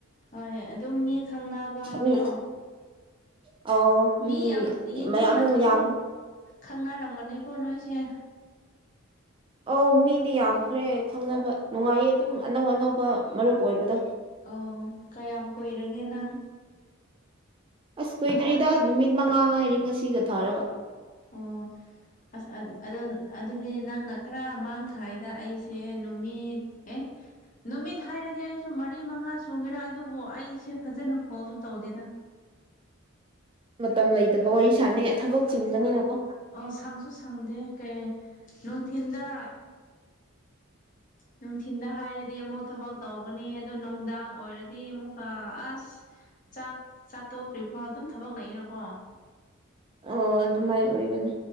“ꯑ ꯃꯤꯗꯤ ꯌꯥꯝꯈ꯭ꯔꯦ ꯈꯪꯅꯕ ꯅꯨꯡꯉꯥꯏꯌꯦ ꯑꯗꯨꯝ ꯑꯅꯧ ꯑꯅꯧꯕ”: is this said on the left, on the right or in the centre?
Right